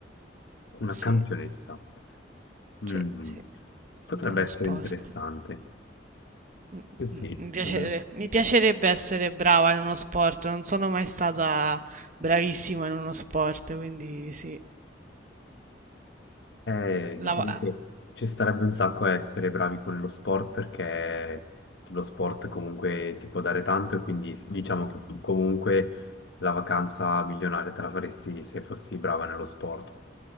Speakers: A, on the left; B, on the right.
A: una
B: Sì.
A: campionessa. Mm,
B: Sì, sì.
A: potrebbe
B: Di uno
A: essere
B: sport.
A: interessante.
B: Mh,
A: Sì, sì.
B: mh, mh, mi piacere
A: mm.
B: mi piacerebbe essere brava in uno sport, non sono mai stata bravissima in uno sport, quindi sì.
A: Eh,
B: Mh,
A: diciamo
B: lava
A: che ci starebbe un sacco a essere bravi con lo sport perché lo sport comunque ti può dare tanto e quindi s- diciamo che tu comunque la vacanza milionaria te la faresti se fossi brava nello sport.